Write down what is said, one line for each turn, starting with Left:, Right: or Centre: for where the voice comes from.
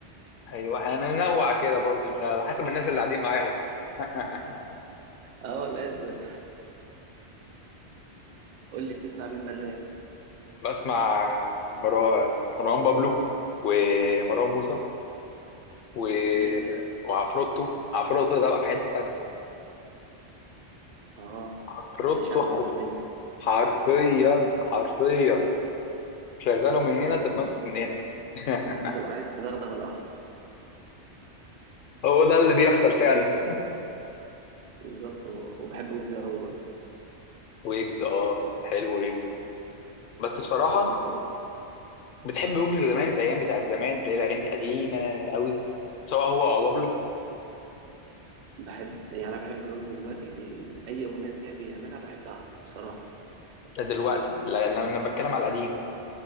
Left: ايوه هننوع كده برضه على حسب الناس اللي قاعدين معاهم <laughs>
Right: اه لازم قول لي بتسمع مين من الراب
Left: بسمع مروان مروان بابلو ومروان موسى و...
Right: جميل
Left: وعفروتو عفروتو ده بقى في حته تانيه
Right: اه
Left: عفروتو
Right: بيشعل
Left: حرف...
Right: الدنيا
Left: حرفيا حرفيا شغاله من هنا
Right: ب...
Left: تتنطط من هنا <laughs>
Right: بتبقى عايز تدغدغ الارض
Left: هو ده اللي بيحصل فعلا
Right: بالظبط و... وبحب ويجز قوي برضه
Left: ويجز اه حلو ويجز بس بصراحه
Right: ويجز
Left: بتحب ويجز زمان الايام بتاعت زمان اللي هي الاغاني القديمه قوي سواء هو او بابلو
Right: بحب يعني انا بحب ويجز دلوقتي ب... اي اغنيه بيعملها بحبها بصراحه
Left: دلوقتي لا- لما انا بتكلم على القديم